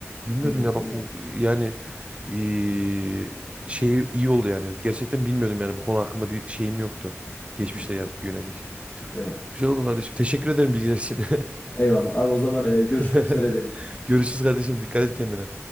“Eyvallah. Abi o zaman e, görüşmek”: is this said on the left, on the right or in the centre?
Left